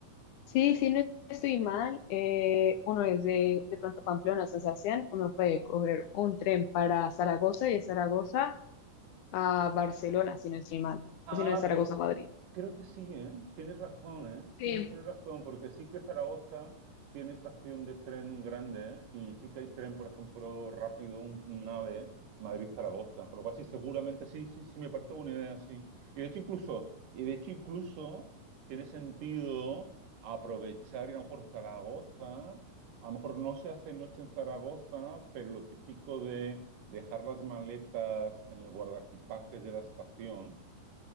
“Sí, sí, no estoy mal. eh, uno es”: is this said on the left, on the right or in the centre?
Left